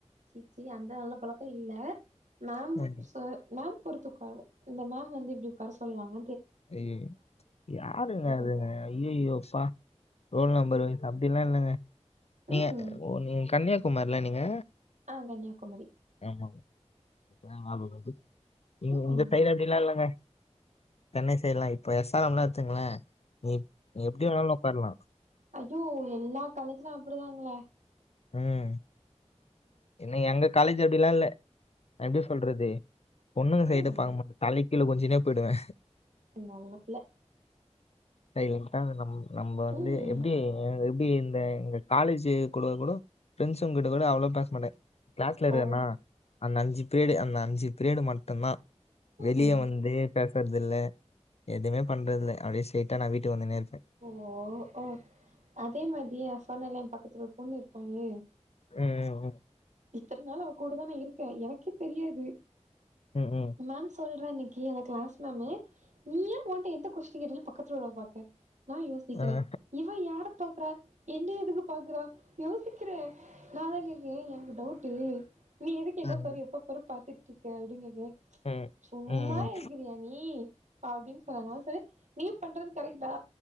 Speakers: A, on the right; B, on the left.
A: ச்சீ அந்த நல்ல பழக்கோ இல்ல மேம்
B: ம்.
A: சொ மேம் பொறுத்துக்குவாக இந்த மேம் வந்து இப்டி உட்கார சொல்லுவாங்க
B: அய்யயோ யாரு இவன் அதுங்க
A: வந்துரு
B: அய்யயோ பா ரோல் நெம்பர் வைஸ் அப்டியெல்லா இல்லங்க நீங்க
A: ம் ம்
B: ஓ நீங்க கன்னியாகுமாரில்ல நீங்க
A: ஆ கன்னியாகுமரி
B: ஏமா பேனால உள்ளது ம் நீங்க
A: ம்
B: உங்க
A: ம்
B: சைடு அப்டியெல்லா இல்லங்க சென்னை சைடுலா இப்ப எஸ் ஆர் எம்ல்லா எடுத்துங்ளே நீ நீ எப்டி வேணாலு உட்கார்லா
A: அய்யோ எல்லா காலேஜ்ல அப்டிதாங்க
B: ம் என்ன எங்க காலேஜ் அப்டியெல்லா இல்ல எப்டி சொல்றது பொண்ணுங்க சைடு
A: ம்
B: பாக்க மாட்டோ தலை கீழ குனிஞ்சுனே போயிடுவே
A: நல்ல பிள்ள
B: அய்யயோ நம் நம்ப வந்து
A: ம்
B: எப்டி எப்டி இந்த எங்க காலேஜ் கூட கூடோ ஃப்ரெண்ட்ஸுங்ககிட்ட கூட அவ்ளோ பேச மாட்டே கிளாஸ்ல இருக்கனா
A: ஓ
B: அந்த அஞ்சு பிரீயடு அந்த அஞ்சு பிரீயடு மட்டுந்தா
A: ம்
B: வெளிய
A: ம்
B: வந்து பே வர்து இல்ல எதுமே பண்றது இல்ல அப்டியே ஸ்ட்ரெய்டா நா வீட்டுக்கு வந்துனே இருப்பே
A: ஓ ஓ அதே மாதி எ சொன்னல்ல என் பக்கத்துல ஒரு பொண்ணு இருப்பானு
B: ம்
A: இத்தன நாள் அவ கூடதா நா இருக்க எனக்கே தெரியாது
B: ம் ம்
A: மேம் சொல்றா நீ கே எங்க கிளாஸ் மேமு நீ ஏன் ஒன்ட்ட எந்த கொஷ்டின் கேட்டாலு பக்கத்துல உள்ளவ பாக்க நா யோசிக்கிறே
B: ம் ம்
A: இவ யார பாக்குறா என்னய எதுக்கு பாக்குறா யோசிக்கிறே நா தா கேப்பே எனக்கு டவுட்டு நீ எதுக்கு என்ன
B: ம்
A: பாரு எப்ப பாரு பாத்துட்டு இருக்க அப்டினு கேப்பே
B: ம் ம்
A: சும்மா
B: ம்
A: இருக்கிறியா நீ அப்டின்னு சொல்வா நா சொல்வே நீ பண்றது கரெக்ட்டா